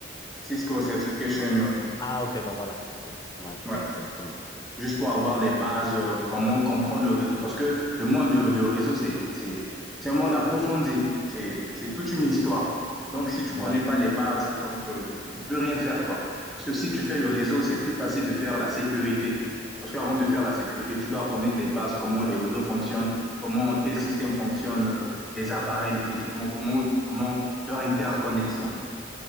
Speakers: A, in the centre; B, on the left.
A: Cisco Certification, euh,
B: Ah, ok, bah voilà, c'est cool. Ouais,
A: ouais.
B: exactement.
A: juste pour avoir les bases, euh, comment comprendre le réseau. Parce que le monde de, de réseau, c'est c'est- c'est un monde approfondi, c'est c'est toute une histoire. Donc, si tu ne
B: Ouais.
A: connais pas les bases, donc, euh, tu, tu peux rien faire, quoi. Parce que si tu fais le réseau, c'est plus facile de faire la sécurité. Parce qu'avant de faire la sécurité, tu dois connaître les bases, comment les réseaux fonctionnent, comment tel système fonctionne, euh, les appareils, les équipements, comment, comment leur interconnexion.